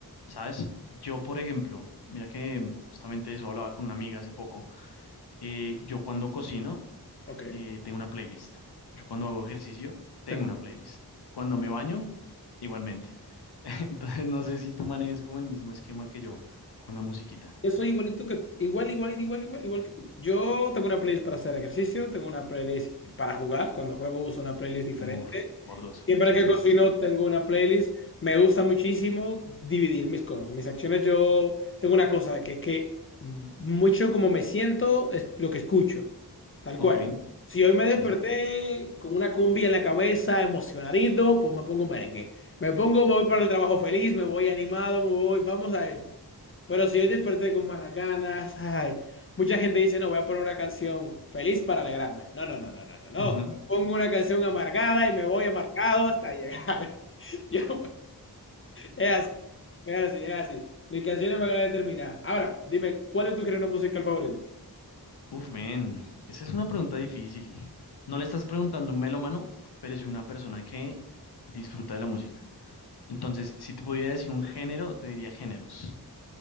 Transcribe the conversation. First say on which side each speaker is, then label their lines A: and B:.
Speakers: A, on the left (about 75°); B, on the left (about 35°).
A: ¿Sabes? Yo, por ejemplo, mira que justamente de eso hablaba con una amiga hace poco. eh, yo cuando cocino,
B: ok,
A: eh, tengo una playlist. Yo cuando hago ejercicio, tengo
B: tengo.
A: una playlist. Cuando me baño, igualmente. <laughs> Entonces, no sé si tú manejes como el mismo esquema que yo con la musiquita.
B: Yo soy igualito que, igual, igual, igual, igual, igual que tú. Yo tengo una playlist para hacer ejercicio, tengo una playlist para jugar. Cuando juego uso una playlist diferente.
A: Uf, por dos.
B: Siempre
A: Sí,
B: que
A: sí,
B: cocino
A: sí.
B: tengo una playlist. Me gusta muchísimo dividir mis cosas, mis acciones. Yo tengo una cosa que es que mucho como me siento es lo que escucho, tal
A: Ok,
B: cual. Si hoy me desperté
A: sí.
B: con una cumbia en la cabeza, emocionadito, pues me pongo merengue. Me pongo, me voy para el trabajo feliz, me voy animado, me voy, vamos a esto. Pero si yo desperté con malas ganas, ay, mucha gente dice, no, voy a poner una canción feliz para alegrarme. No, no, no, no, no, no, no.
A: Ujú.
B: Pongo una canción amargada y me voy amargado hasta llegar. <laughs> Yo- es así, es así, es así. Mis canciones van a determinar. Ahora, dime, ¿cuál es tu género musical favorito?
A: Uf, men, esa es una pregunta difícil. No le estás preguntando a un melómano, pero es una persona que disfruta de la música. Entonces, si te pudiera decir un género, te diría géneros.